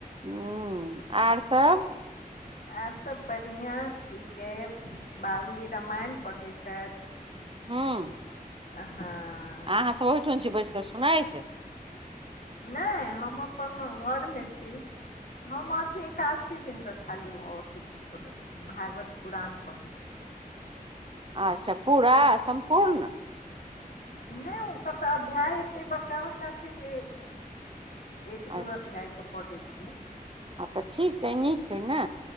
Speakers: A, on the right; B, on the left.
A: हूँ आर सब
B: आर सब बढ़िया ठीक अइ बाबूजी रामायण पढ़ैत छथि
A: हुँ
B: आहाँ
A: अहाँ सब ओहिठन छी बैस क सुनाइ
B: नहि हम अपन घर मे छी हम अथी एकासी दिन कऽ खाली अथी भागवत पुराण पढ़ै छै
A: अच्छा पूरा सम्पूर्ण
B: नहि ओकर तऽ अध्याय एते बड़का बड़का छै जे एक दू
A: अच्छा
B: अध्याय के पढ़ै छियै
A: हँ तऽ ठीक अइ नीक अइ ने